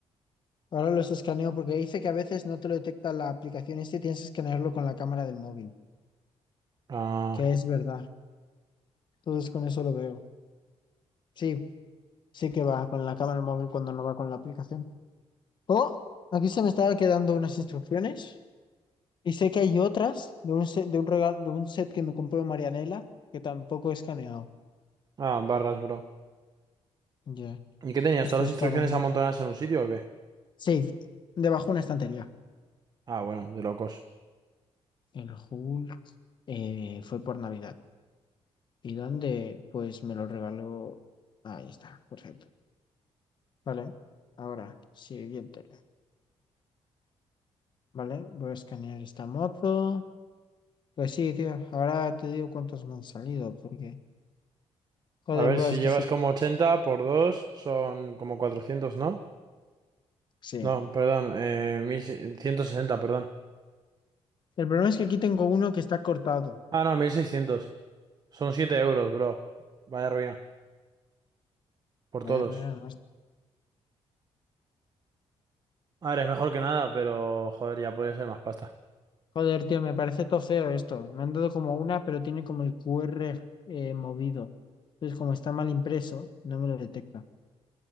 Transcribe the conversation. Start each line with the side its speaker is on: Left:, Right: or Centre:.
Left: Ahora los escaneo porque dice que a veces no te lo detecta la aplicación este y tienes que escanearlo con la cámara del móvil,
Right: Ah,
Left: que es verdad. Entonces con eso lo veo. Sí, sí que va con la cámara del móvil cuando no va con la aplicación. Oh, aquí se me estaba quedando unas instrucciones. Y sé que hay otras de un set, de un regalo, de un set que me compró Marianela, que tampoco he escaneado.
Right: ah, barras, bro.
Left: Ya.
Right: ¿Y qué tenías?
Left: Esto
Right: ¿Todas
Left: es
Right: las instrucciones
Left: para.
Right: amontonadas en un sitio o qué?
Left: Sí, debajo una estantería.
Right: Ah, bueno, de locos.
Left: El Hulk eh, fue por Navidad. ¿Y dónde? Pues me lo regaló. Ahí está, perfecto. Vale, ahora, siguiente. Vale, voy a escanear esta moto. Pues sí, tío, ahora te digo cuántos me han salido, porque. Joder,
Right: A ver,
Left: bro,
Right: si
Left: es que
Right: llevas
Left: sí.
Right: como 80 por 2 son como cuatrocientos ¿no?
Left: Sí.
Right: No, perdón, eh, mil ciento sesenta perdón.
Left: El problema es que aquí tengo uno que está cortado.
Right: Ah, no, 1600. Son 7 euros, bro. Vaya ruina. Por
Left: Vaya
Right: todos.
Left: ruina,
Right: A ver, es mejor que nada, pero joder, ya podría ser más pasta.
Left: Joder, tío, me parece todo feo esto. Me han dado como una, pero tiene como el QR eh, movido. Entonces, como está mal impreso, no me lo detecta.